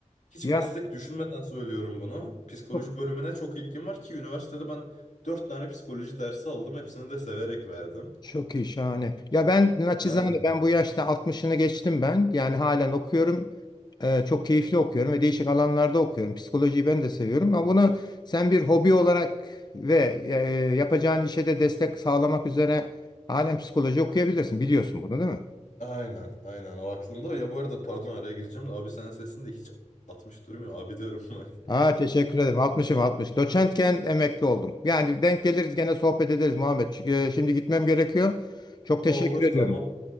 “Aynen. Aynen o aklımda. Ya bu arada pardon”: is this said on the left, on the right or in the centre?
Left